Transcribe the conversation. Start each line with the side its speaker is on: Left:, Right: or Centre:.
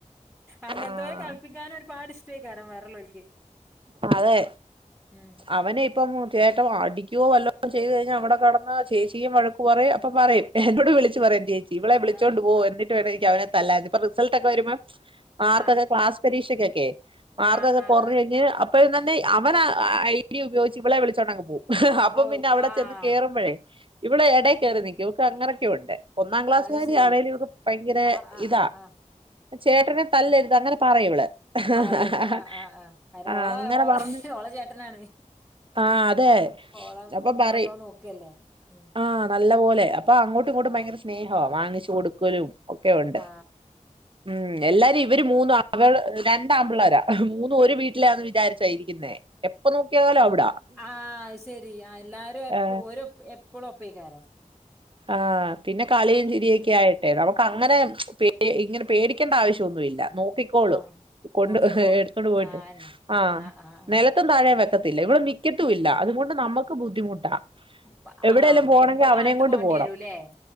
Centre: അങ്ങൻത്തോലെ
Right: ആഹ്
Centre: കൾപിക്കാന് ഒരുപാട് ഇഷ്ടേക്കാരം വേറെള്ളോൽക്ക്
Right: അതെ
Centre: ഉം
Right: അവനെ ഇപ്പം ചേട്ടൻ അടിക്കുവോ വല്ലോ ചെയ്ത് കഴിഞ്ഞാൽ അവിടെ കെടന്ന ചേച്ചിയും വഴക്കു പറയും അപ്പ പറയും എന്നോട് വിളിച്ച്
Centre: ഉം
Right: പറയും ചേച്ചി ഇവളെ വിളിച്ചോണ്ട്
Centre: ആഹ്
Right: പോ എന്നിട്ട് വേണം എനിക്കവനെ തല്ലാൻ ഇപ്പം റിസൾട്ടൊക്കെ വരുമ്പം മാർക്കൊക്കെ
Centre: ആഹ്
Right: ക്ലാസ് പരീക്ഷക്കൊക്കെ മാർക്കൊക്കെ
Centre: ആഹ് ആഹ്
Right: കൊർഞ്ഞ്
Centre: ആഹ്
Right: കഴിഞ്ഞ് അ പ്പോൾ തന്നെ അവനാ ഐഡിയ ഉപയോഗിച്ച് ഇവളെ വിളിച്ചോണ്ടങ്ങ് പോവും അപ്പം
Centre: പോവും
Right: പിന്നെ അവിടെ
Centre: ആഹ്
Right: ചെന്ന് കേറുമ്പോഴേ ഇവിടെ എടെ കേറി നിക്കും ഓക്ക് അങ്ങനൊക്കെയുണ്ട് ഒന്നാം ക്ലാസ്സുകാരി
Centre: അത് ശരി
Right: ആണേലും ഇവക്ക് ഭയങ്കര
Centre: ആഹ് ആഹ്
Right: ഇതാ
Centre: ആഹ് ആഹ്
Right: ചേട്ടനെ തല്ലരുത് അങ്ങനെ പറയൂവള് ഹ്
Centre: പറയും
Right: ഹ ഹ
Centre: ആഹ് ആഹ് ആഹ് അയ്ന്
Right: ആ
Centre: ഓള
Right: അങ്ങനെ
Centre: ഓ
Right: പറഞ്ഞ്
Centre: ഓളെ ചേട്ടനാണ്
Right: ആഹ് അതെ
Centre: ഓളെ
Right: അപ്പൊ പറയും
Centre: നല്ലോം നോക്കല്ലേ ഉം
Right: ആഹ് നല്ല പോലെ അപ്പൊ അങ്ങോട്ടും ഇങ്ങോട്ടും
Centre: ആഹ്
Right: ഭയങ്കര സ്നേഹ വാങ്ങിച്ച് കൊടുക്കലും ഒക്കെ ഉണ്ട്
Centre: ആ
Right: ഉം എല്ലാരും ഇവര് മൂന്ന് അവ രണ്ടാമ്പിള്ളാരാ മൂന്നും ഒരു വീട്ടിലാന്ന് വിചാരിച്ചായിരിക്കുന്നേ എപ്പൊ നോക്കിയാലോ അവിടാ
Centre: ആഹ് ശെരി എല്ലാരും എപ്പ
Right: ഏ
Centre: ഒരു എപ്പഴും ഒപ്പേക്കാരാ
Right: ആഹ് പിന്നെ കളിയും ചിരിയൊക്കെ ആയിട്ടെ നമുക്ക് അങ്ങനെ പേ ഇങ്ങനെ പേടിക്കേണ്ട ആവശ്യംന്നുല്ല നോക്കിക്കോളും
Centre: ആ
Right: കൊണ്ട്
Centre: നോക്കിക്കോളും
Right: എടുത്തോണ്ട് പോയിട്ട്
Centre: ആന്നെ
Right: ആഹ്
Centre: ആഹ്
Right: നിലത്തും താഴേെ വെക്കത്തില്ല ഇവള് മിക്കത്തും ഇല്ല അതുകൊണ്ട് നമുക്ക് ബുദ്ധിമുട്ടാ
Centre: ആഹ്
Right: എവിടേലും
Centre: ആഹ്
Right: പോണമെങ്കിൽ
Centre: എപ്പളും
Right: അവനെയും
Centre: ആട്ട്
Right: കൊണ്ട്
Centre: പോണ്ടി വരൂല്ലേ
Right: ണം